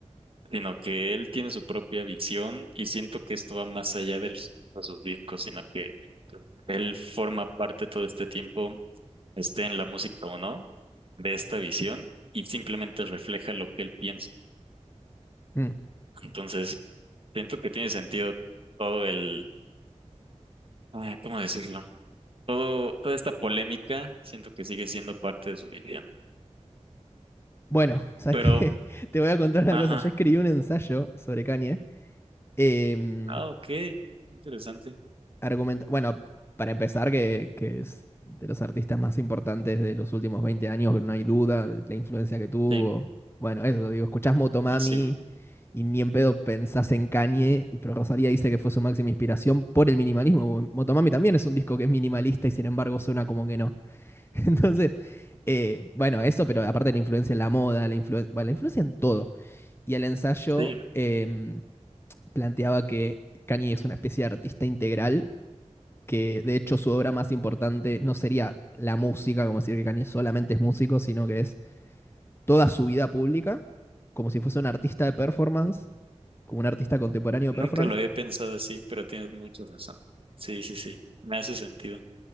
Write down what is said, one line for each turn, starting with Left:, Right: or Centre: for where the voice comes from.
Right: sino que él tiene su propia visión y siento que esto va más allá de, los- de sus discos, sino que él forma parte todo este tiempo, esté en la música o no, de esta visión y simplemente refleja lo que él piensa.
Left: Mm.
Right: Entonces, siento que tiene sentido todo el, ah, ¿cómo decirlo? Todo, toda esta polémica, siento que sigue siendo parte de su vida.
Left: Bueno, ¿sabes
Right: Pero,
Left: qué? <laughs> Te voy a contar una
Right: ajá,
Left: cosa. Yo escribí un ensayo sobre Kanye. em,
Right: ah, ok, interesante.
Left: argumenta- bueno, para empezar, que, que es de los artistas más importantes de los últimos 20 años, que no hay duda, la influencia que tuvo.
Right: Sí,
Left: Bueno, eso, digo, escuchás Motomami
Right: masivo.
Left: y ni en pedo pensás en Kanye, y- pero Rosalía dice que fue su máxima inspiración por el minimalismo. Motomami también es un disco que es minimalista y sin embargo suena como que no. <laughs> Entonces, eh, bueno, eso, pero aparte la influencia en la moda, la influen- bueno, la influencia en todo y el ensayo
Right: Sí,
Left: em, planteaba que Kanye es una especie de artista integral, que de hecho su obra más importante no sería la música, como decir que Kanye solamente es músico, sino que es toda su vida pública, como si fuese un artista de performance, como un artista contemporáneo de performance,
Right: nunca lo había pensado así, pero tienes mucha razón. Sí, sí, sí, me hace sentido.